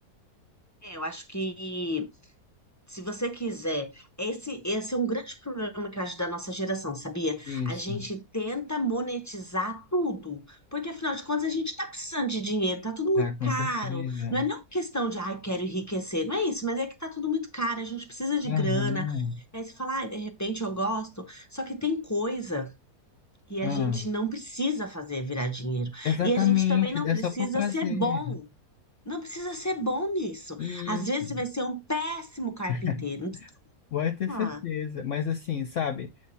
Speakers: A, on the left; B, on the left.
A: É, eu acho que Se você quiser, esse, esse é um grande problema que eu acho da nossa geração, sabia?
B: Isso,
A: A gente tenta monetizar tudo, porque afinal de contas a gente tá precisando de dinheiro, tá tudo muito
B: tá, com
A: caro.
B: certeza.
A: Não é nem uma questão de, ai, quero enriquecer, não é isso, mas é que tá tudo muito caro, a gente precisa de
B: Aham.
A: grana. Aí você fala, ai, de repente eu gosto, só que tem coisa que
B: Ah,
A: a gente não precisa fazer virar dinheiro,
B: exatamente,
A: e a gente também não
B: é
A: precisa
B: só por prazer.
A: ser bom. Não precisa ser bom nisso.
B: Isso.
A: Às vezes você vai ser um péssimo carpinteiro.
B: <laughs> Pode ter
A: Ah,
B: certeza. Mas assim, sabe?